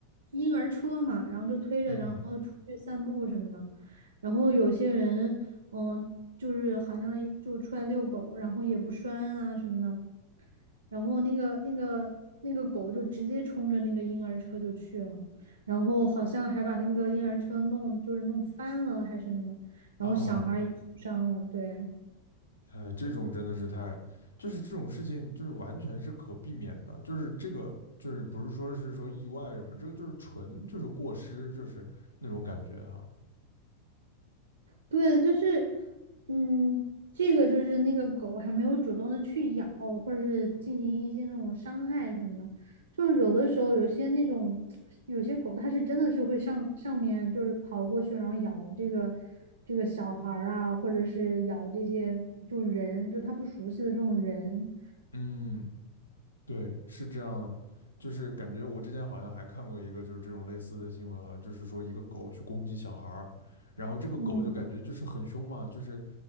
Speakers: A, on the right; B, on the left.
A: 婴儿车嘛，然后就推着，
B: 嗯
A: 然后出去散步什么的。然后有些人，嗯，就是好像就出来遛狗，然后也不拴啊什么的。然后那个那个那个狗就直接冲着那个婴儿车就去了，然后好像还把那个婴儿车弄就是弄翻了还是什么的，然后小孩儿也受伤了，
B: 啊。
A: 对。
B: 哎，这种真的是太，就是这种事情，就是完全是可避免的，就是这个，就是不是说是说意外什么，这个就是纯就是过失，就是那种感觉哈。
A: 对，就是，嗯，这个就是那个狗还没有主动的去咬，或者是进行一些那种伤害什么的。就是有的时候，有些那种有些狗，它是真的是会上上面就是跑过去，然后咬这个这个小孩儿啊，或者是咬这些就是人，就它不熟悉的这种人。
B: 嗯，对，是这样的，就是感觉我之前好像还看过一个就是这种类似的新闻，好像就是说一个狗去攻击小孩儿，然后这个狗就感觉就是很凶嘛，
A: 嗯，
B: 就是